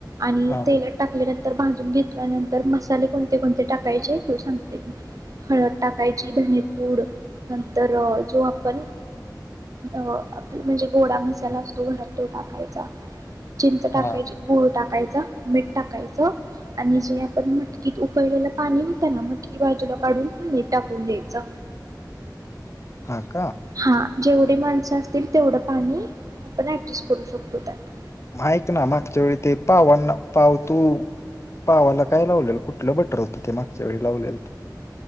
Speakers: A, on the right; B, on the left.
A: आणि
B: हा
A: तेलात टाकलेल्या तर भाजून घेतल्यानंतर मसाले कोणते कोणते टाकायचे तूल सांगते हळद टाकायची, धनीपूड नंतर जो आपण अ आप म्हणजे गोडा मसाला असतो घरात तो टाकायचा चिंच टाकायची
B: हा
A: गूळ टा कायच मीठ टाकायचं आणि जे आपण मटकीत उकळलेलं पाणी होतं ना, मटकी बाजूला काढून पाणी टाकून द्यायचं
B: हा का
A: हा जेवढे माणसं असतील तेवढं पाणी आपण <unintelligible> शकतो त्यात
B: ऐक ना मागच्या वेळी ते पावांना पाव तू पावाला काय लावलेल कुठलं बटर होतं ते मागच्या वेळी लावलेल.